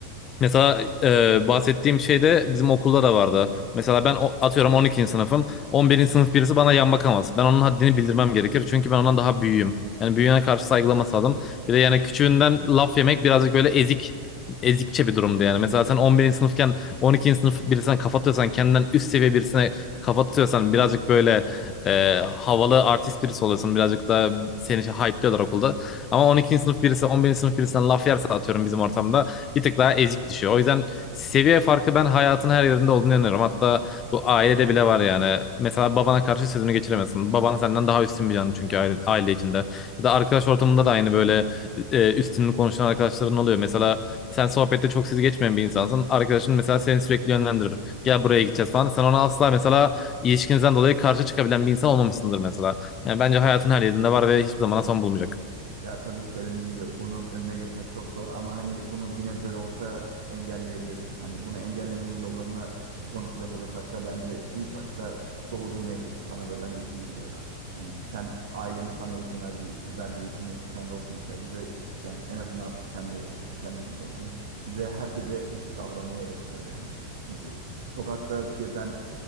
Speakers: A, on the left; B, on the right.
A: Mesela e, bahsettiğim şey de bizim okulda da vardı. Mesela ben o- atıyorum 12. sınıfım. 11. sınıf birisi bana yan bakamaz. Ben onun haddini bildirmem gerekir. Çünkü ben ondan daha büyüğüm. Yani büyüğüne karşı saygılaması lazım. Bir de yani küçüğünden laf yemek birazcık böyle ezik ezikçe bir durumdu yani. Mesela sen 11. sınıfken 12. sınıf birisine kafa tutuyorsan kendinden üst seviye birisine kafa tutuyorsan birazcık böyle e, havalı artist birisi oluyorsun. Birazcık da seni şey hype'liyorlar okulda. Ama 12. sınıf birisi 11. sınıf birisinden laf yerse atıyorum bizim ortamda bir tık daha ezik düşüyor. O yüzden seviye farkı ben hayatın her yerinde olduğunu inanıyorum. Hatta bu ailede bile var yani. Mesela babana karşı sözünü geçiremezsin. Baban senden daha üstün bir canlı çünkü aile, aile içinde. Ya da arkadaş ortamında da aynı böyle e, üstünlük konuşan arkadaşların oluyor. Mesela sen sohbette çok sizi geçmeyen bir insansın. Arkadaşın mesela seni sürekli yönlendirir. Gel buraya gideceğiz falan. Sen ona asla mesela ilişkinizden dolayı karşı çıkabilen bir insan olmamışsındır mesela. Yani bence hayatın her yerinde var ve hiçbir zaman son bulmayacak.
B: Ya tabii söylediğin gibi bunun önüne geçmek çok zor ama hani bunu bir nebze de olsa engelleyebiliriz. Hani bunu engellemenin yollarını konuşacak olursak da bence ilk başta doğduğun evdeki sana verilen eğitim geliyor ya. Hani sen ailenin sana eğitim verdiği, verdiği eğitim neyse sende olsun. Mesela bize küçükken en azından kendi kendim için konuşayım. Bize herkese eşit davranmayı öğrettiler yani. Ee, Sokakta gezen